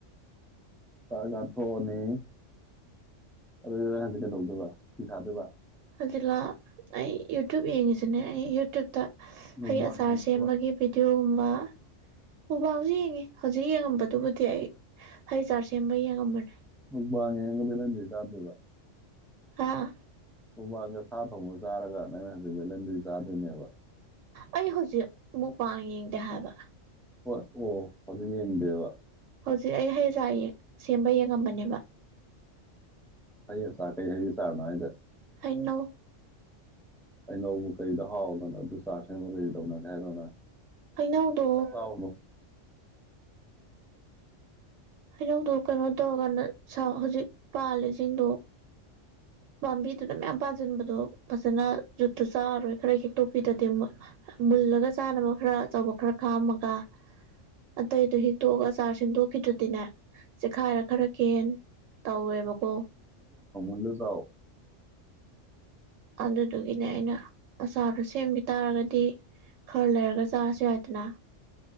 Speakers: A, in the centre; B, on the right.
A: ꯆ ꯀꯊꯣꯛꯑꯅꯤ ꯑꯗꯨꯗꯨ ꯍꯧꯖꯤꯛ ꯀꯩꯗꯧꯗꯣꯏꯕ ꯐꯤ ꯁꯥꯗꯣꯏꯕ
B: ꯑꯗꯨꯖꯤꯂꯥ ꯑꯩ ꯌꯨꯇ꯭ꯨꯞ ꯌꯦꯡꯉꯤꯁꯤꯅꯦ ꯑꯩ ꯌꯨꯇ꯭ꯌꯨꯞꯇ
A: ꯃꯨꯛꯕꯥꯡ
B: ꯍꯩ ꯑꯆꯥꯔ
A: ꯌꯦꯡꯉꯒ
B: ꯁꯦꯝꯕꯒꯤ ꯚꯤꯗꯤꯑꯣꯒꯨꯝꯕ ꯎꯕꯥꯜꯁꯨ ꯌꯦꯡꯉꯤ ꯍꯧꯖꯤꯛ ꯌꯦꯡꯉꯝꯕꯗꯨꯕꯨꯗꯤ ꯑꯩ ꯍꯩ ꯆꯥꯔ ꯁꯦꯝꯕ ꯌꯦꯡꯉꯝꯕꯅꯤ
A: ꯎ ꯋꯥꯉ ꯌꯦꯉ ꯄꯂ ꯆꯥꯗꯕ
B: ꯑꯥ
A: ꯃꯣꯡꯕꯥꯜꯒ ꯁꯥ ꯊꯣꯡꯅ ꯆꯥꯔꯒ ꯅꯪꯩꯅ ꯍꯧꯖꯤꯛ ꯦꯂꯟꯗꯨ ꯆꯥꯗꯣꯏꯅꯦꯕ
B: ꯑꯩ ꯍꯧꯖꯤꯛ ꯃꯨꯛꯄꯥꯡ ꯌꯦꯡꯗꯦ ꯍꯥꯏꯕ
A: ꯍꯣꯏ ꯑꯣ ꯑꯗꯨ ꯌꯦꯡꯗꯦꯕ
B: ꯍꯧꯖꯤꯛ ꯑꯩ ꯍꯌꯦꯡꯖꯥ ꯁꯦꯝꯕ ꯌꯦꯡꯉ ꯉꯝꯕꯅꯦꯕ
A: ꯍꯥꯏ ꯁꯥꯇ ꯍꯥꯏ ꯁꯥꯔꯅꯗ
B: ꯏꯟꯅꯣ
A: ꯑꯅꯧꯕ ꯀꯩꯗ ꯍꯥꯎꯗꯅ ꯑꯗꯨ ꯆꯥꯔ ꯁꯦꯝꯕ ꯀꯩ ꯇꯧꯅꯒꯦ ꯍꯥꯏꯗꯅ
B: ꯍꯩꯅꯧꯗꯣ
A: ꯇꯥꯎꯅ
B: ꯍꯩꯅꯧꯗ ꯀꯩꯅꯣ ꯇꯧꯔꯀꯥꯟꯗ ꯍꯧꯖꯤꯛ ꯄꯥꯜꯂꯤꯁꯤꯡꯗꯣ ꯄꯥꯝꯕꯤꯗꯨꯗ ꯃꯌꯥꯝ ꯄꯥꯁꯤꯟꯕꯗꯣ ꯐꯖꯅ ꯌꯖꯨꯠꯇꯨ ꯆꯥꯔꯔꯣꯏ ꯈꯔ ꯍꯦꯛꯇꯣꯛꯄꯤꯗꯗꯤꯦ ꯃꯨꯜꯂꯒ ꯆꯥꯅꯕ ꯈꯔ ꯑꯆꯧꯕ ꯈꯔ ꯈꯥꯝꯃꯒ ꯑꯇꯩꯗ ꯍꯤꯛꯇꯣꯛꯑꯒ ꯆꯥꯔꯁꯤꯡꯗꯣꯛ ꯐ ꯑꯗꯨꯅ ꯆꯦꯛꯈꯥꯏꯔ ꯈꯔ ꯀꯦꯟ ꯇꯧꯋꯦꯕꯀꯣ
A: ꯂꯖꯥꯎ
B: ꯑꯗꯨꯗꯨꯒꯤꯅꯦ ꯑꯩꯅ ꯑꯆꯥꯔꯗꯣ ꯁꯦꯝꯈꯤ ꯇꯥꯔꯒꯗꯤ ꯈꯔ ꯂꯩꯔꯒ ꯆꯥꯔꯁꯨ ꯍꯥꯏꯏꯗꯅ